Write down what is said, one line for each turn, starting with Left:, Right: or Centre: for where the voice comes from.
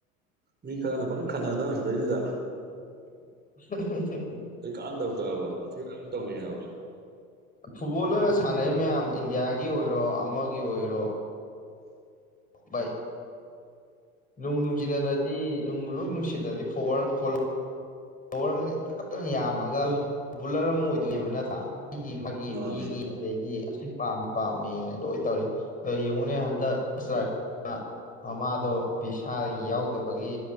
Right: ꯃꯤ ꯈꯔꯅ ꯄꯅ ꯈꯟꯅꯗꯕ ꯁꯤꯗꯩꯁꯤꯗ
Left: <inaudible>
Right: ꯀꯩ ꯀꯥꯟꯅꯗꯕꯗ ꯋꯥꯊꯤ ꯋꯥꯔꯦꯝ ꯇꯧꯅꯩ ꯍꯥꯏꯕ
Left: ꯐꯨꯠꯕꯣꯜꯂꯔ ꯁꯥꯟꯅꯩ ꯃꯌꯥꯝ ꯏꯟꯗꯤꯌꯥꯒꯤ ꯑꯣꯏꯔꯣ ꯑꯃꯒꯤ ꯑꯣꯏꯔꯣ ꯕꯥꯏ ꯅꯨꯡ ꯅꯨꯡꯁꯤꯗꯅꯗꯤ ꯅꯨꯡꯕꯨ ꯂꯣꯏ ꯅꯨꯡꯁꯤꯅꯗꯤ ꯐꯣꯔꯋꯥꯔ ꯐꯣ ꯐꯣꯂꯣꯋꯔ ꯇꯈꯠꯇꯅ ꯌꯥꯝꯃꯒ ꯑꯗꯨꯝ ꯄꯣꯄꯨꯂꯔ ꯑꯃ ꯑꯣꯏꯗꯣꯏꯅꯦꯕ ꯅꯠꯇ꯭ꯔꯥ ꯑꯩꯒꯤ ꯃꯥꯒꯤ
Right: ꯃꯥꯅꯦ
Left: ꯃꯤꯒꯤ ꯑꯗꯩꯗꯤ ꯁꯤ ꯄꯥꯝꯃꯤ ꯄꯥꯝꯃꯦꯅ ꯂꯣꯏꯅ ꯇꯧꯔꯤ ꯑꯗꯣ ꯌꯦꯡꯉꯨꯅꯦ ꯍꯟꯗꯛ ꯕꯁ ꯗ꯭ꯔꯥꯏꯚꯔ ꯃꯃꯥꯗꯣ ꯕꯤꯁꯥ ꯌꯥꯎꯗꯕꯒꯤ